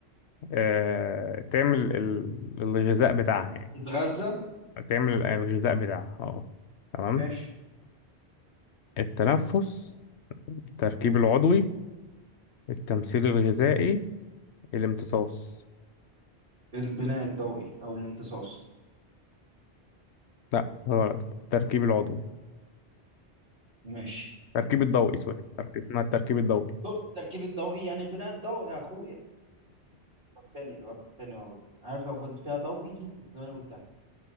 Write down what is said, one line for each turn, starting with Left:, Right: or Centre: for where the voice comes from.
Left: آه تعمل ال- الغذاء بتاعها يعني
Right: اتغذى
Left: تعمل الغذاء بتاعها اه تمام
Right: ماشي
Left: التنفس التركيب العضوي التمثيل الغذائي الامتصاص
Right: البناء الضوئي او الامتصاص
Left: لا غلط التركيب العضوي
Right: ماشي
Left: التركيب الضوئي سوري التركيب اسمها التركيب الضوئي
Right: شفت التركيب الضوئي يعني البناء الضوئي يا اخويا تاني غلط تاني والله عارف لو كنت فيها ضوئي دي كنت زماني قلتها